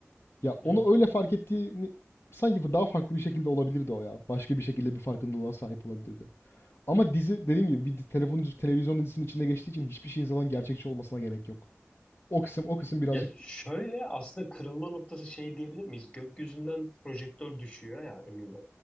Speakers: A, on the left (about 60°); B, on the left (about 25°).
A: Ya
B: Evet.
A: onu öyle fark ettiğini sanki daha farklı bir şekilde olabilirdi o ya. Başka bir şekilde bir farkındalığa sahip olabilirdi. Ama dizi dediğim gibi bir di- telefon televizyon dizisinin içinde geçtiği için hiçbir şeyin zaten gerçekçi olmasına gerek yok. O kısım o kısım birazcık
B: Ya şöyle aslında kırılma noktası şey diyebilir miyiz? Gökyüzünden projektör düşüyor ya önüne.